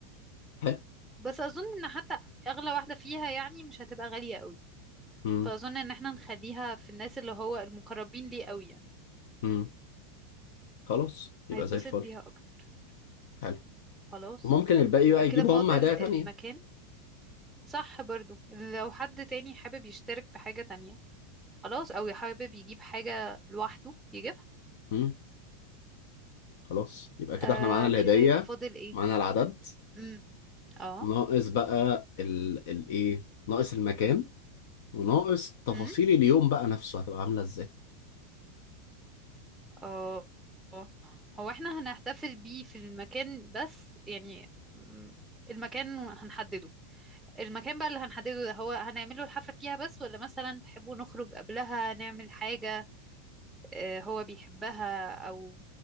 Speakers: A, on the left; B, in the centre.
A: حلو
B: بس اظن ان حتى اغلى واحده فيها يعني مش هتبقى غاليه قوي
A: مم.
B: فاظن ان احنا نخليها في الناس اللي هو المقربين ليه قوي يعني
A: مم. خلاص يبقى
B: هيتبسط
A: زي الفل
B: بيها اكتر
A: حلو
B: خلاص
A: وممكن الباقي
B: يبقى
A: بقى
B: كده
A: يجيبوا
B: فاضل
A: هم هدايا
B: المكان
A: تانية
B: صح برضو لو حد تاني حابب يشترك في حاجه تانية خلاص او حابب يجيب حاجه لوحده يجيبها
A: مم. خلاص يبقى كده
B: آه
A: احنا معانا الهدية
B: كده يبقى فاضل ايه
A: معانا العدد
B: امم اه
A: ناقص بقى ال... الايه ناقص المكان وناقص تفاصيل
B: امم
A: اليوم بقى نفسه هتبقى عاملة ازاي
B: اه آه. هو احنا هنحتفل بيه في المكان بس يعني مم، المكان هنحدده المكان بقى اللي هنحدده ده هو هنعمله الحفلة فيها بس ولا مثلا تحبوا نخرج قبلها نعمل حاجة آه، هو بيحبها أو